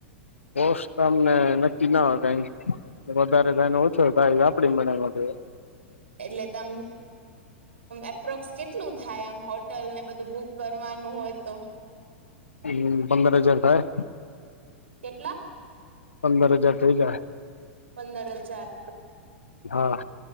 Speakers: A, on the left; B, on the right.
A: કોષ તો અમને નક્કી ના હોય કઈ વધારે થાયને ઓછો થાય આપડી <inaudible>
B: એટલે તમ એપ્રોક્સ કેટલું થાય આમ હોટલ ને બધું બુક કરવાનું હોય તો
A: હમ પંદર હજાર થાય
B: કેટલા
A: પંદર હજાર થઇ જાય
B: પંદર હજાર
A: હા